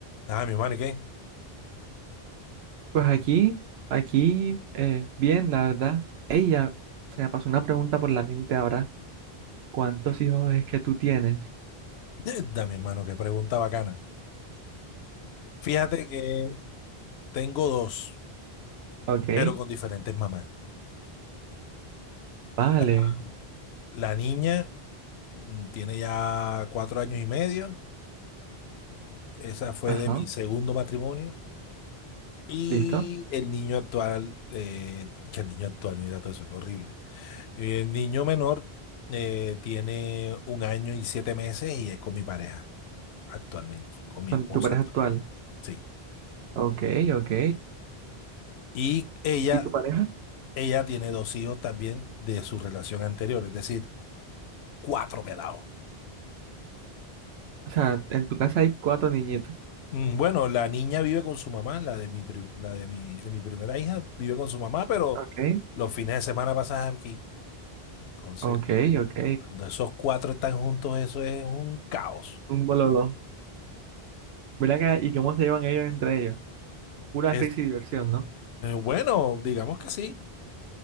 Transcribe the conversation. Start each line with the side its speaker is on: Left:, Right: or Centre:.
Left: Ah, mi hermano, ¿y qué?
Right: Pues aquí, aquí, eh, bien, la verdad. Ella, se me pasó una pregunta por la mente ahora. ¿Cuántos hijos es que tú tienes?
Left: <laughs> Da, mi hermano, qué pregunta bacana. Fíjate que tengo dos,
Right: Ok,
Left: pero con diferentes mamás.
Right: vale,
Left: La, la niña mm, tiene ya cuatro años y medio. Esa fue
Right: ajá,
Left: de mi segundo matrimonio. Y
Right: listo.
Left: el niño actual, eh, que el niño actual, mira todo eso, qué horrible. Y El niño menor eh, tiene un año y siete meses y es con mi pareja actualmente, con mi
Right: Con
Left: esposa.
Right: tu pareja
Left: actu-
Right: actual.
Left: Sí.
Right: Ok, ok.
Left: Y ella
Right: ¿Y tu pareja?
Left: Ella tiene dos hijos también de su relación anterior, es decir, cuatro pelados.
Right: O sea, en tu casa hay cuatro niñitos.
Left: Mm, Bueno, la niña vive con su mamá, la de mi, pri- la de mi, de mi primera hija vive con su mamá, pero
Right: Ok,
Left: los fines de semana pasas aquí. Entonces,
Right: ok, ok.
Left: cuando esos cuatro están juntos, eso es un caos.
Right: Un bololo. Ven acá, ¿y cómo se llevan ellos entre ellos? Pura
Left: Este,
Right: risa y diversión, ¿no?
Left: bueno, digamos que sí,